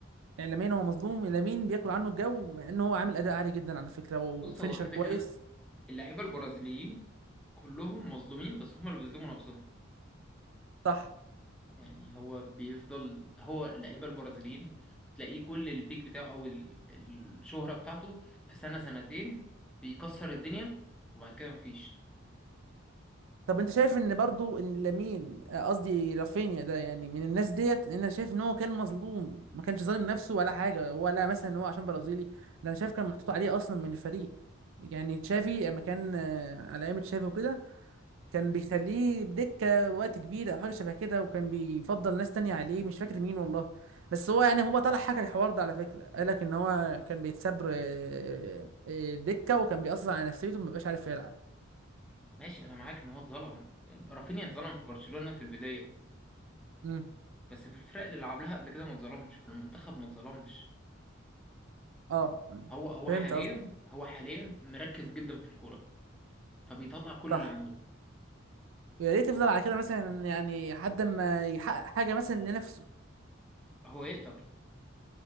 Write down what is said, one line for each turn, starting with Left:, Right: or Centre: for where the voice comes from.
Right: اعلاميا هو مظلوم لامين بياكل عنه الجو مع ان هو عامل اداء عالي جدا على فكره وفينيشر
Centre: فبص هو كده
Right: كويس
Centre: كده اللعيبة البرازيليين كلهم مظلومين بس هم اللي بيظلموا نفسهم
Right: صح
Centre: يعني هو بيفضل هو اللعيبة البرازيليين تلاقيه كل البيك بتاعه أو ال- الشهرة بتاعته في سنة سنتين بيكسر الدنيا وبعد كده مفيش
Right: طب انت شايف ان برضو ان لامين آه، قصدي رافينيا ده يعني من الناس ديت ان انا شايف ان هو كان مظلوم ما كانش ظالم نفسه ولا حاجه ولا مثلا ان هو عشان برازيلي ده انا شايف كان محطوط عليه اصلا من الفريق يعني تشافي لما كان آه، على ايام تشافي وكده كان بيخليه بدكه وقت كبير او حاجه شبه كده وكان بيفضل ناس تانية عليه مش فاكر مين والله بس هو يعني هو طلع حكى الحوار ده على فكره قال لك ان هو كان بيتساب آه، آه، آه، دكه وكان بيأثر على نفسيته ما بقاش عارف يلعب
Centre: ماشي أنا معاك إن هو اتظلم رافينيا اتظلم في برشلونة في البداية
Right: امم
Centre: بس في الفرق اللي لعب لها قبل كده ما اتظلمش في المنتخب ما اتظلمش
Right: اه
Centre: فاهم؟
Right: مم.
Centre: هو هو
Right: فهمت
Centre: حاليا
Right: قصدك
Centre: هو حاليا مركز جدا في الكوره فبيطلع كل
Right: صح
Centre: اللي عنده
Right: ويا ريت يفضل على كده مثلا يعني لحد ما يحقق حاجه مثلا لنفسه
Centre: هو يقدر